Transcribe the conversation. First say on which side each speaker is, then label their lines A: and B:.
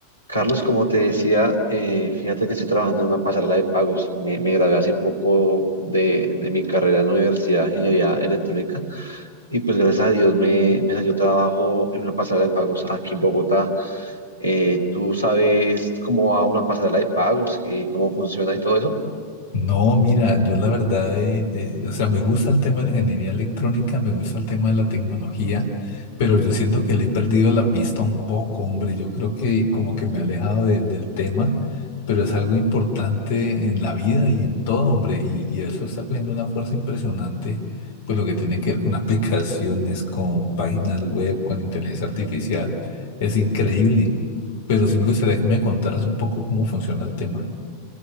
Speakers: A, on the left (about 90°); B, on the left (about 55°).
A: Carlos, como te decía, eh, fíjate que estoy trabajando en una pasarela de pagos. Me, me gradué hace poco de, de mi carrera en la Universidad de Ingeniería Electrónica y pues gracias a Dios me, me salió trabajo en una pasarela de pagos aquí en Bogotá. Eh, ¿tú sabes cómo va una pasarela de pagos y cómo funciona y todo eso?
B: No, mira, yo la verdad, eh, eh, o sea, me gusta el tema de la ingeniería electrónica, me gusta el tema de la tecnología, pero yo siento que le he perdido la pista un poco, hombre. Yo creo que como que me he alejado de- del tema, pero es algo importante en la vida y en todo, hombre, y, y eso está cogiendo una fuerza impresionante, pues lo que tiene que ver con <laughs> aplicaciones, con páginas web, con inteligencia artificial, es increíble. Pero sí me gustaría que me contaras un poco cómo funciona el tema.